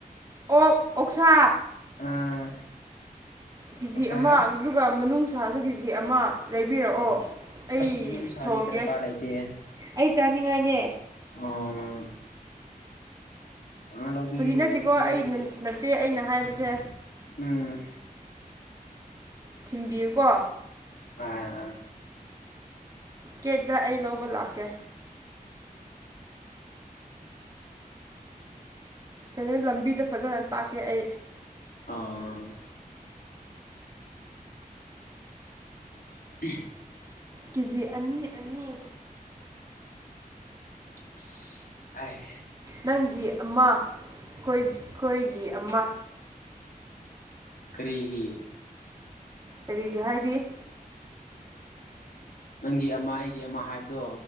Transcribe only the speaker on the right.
ꯑꯣꯛ ꯑꯣꯛꯁꯥ
ꯀꯦ ꯖꯤ
ꯑꯃ ꯑꯗꯨꯒ ꯃꯅꯨꯡ ꯁꯥꯥꯁꯨ ꯀꯦ ꯖꯤ ꯑꯃ ꯂꯩꯕꯤꯔꯛꯑꯣ
ꯑꯩ
ꯊꯣꯡꯒꯦ
ꯑꯩ ꯆꯥꯅꯤꯡꯉꯥꯏꯅꯦ
ꯐꯥꯒꯤ ꯅꯠꯇꯦꯀꯣ
ꯑꯩ
ꯅꯠꯆꯦ ꯑꯩꯅ ꯍꯥꯏꯕꯁꯦ
ꯊꯤꯟꯕꯤꯌꯨꯀꯣ
ꯒꯦꯠꯗ ꯑꯩ ꯂꯧꯕ ꯂꯥꯛꯀꯦ ꯀꯣ ꯂꯝꯕꯤꯗ ꯐꯖꯅ ꯇꯥꯛꯀꯦ ꯑꯩ
ꯀꯦ ꯖꯤ ꯑꯅꯤ ꯑꯅꯤ
ꯅꯪꯒꯤ ꯑꯃꯥ ꯑꯩꯈꯣꯏꯒꯤ ꯑꯃ
ꯀꯔꯤꯒꯤ ꯍꯥꯏꯗꯤ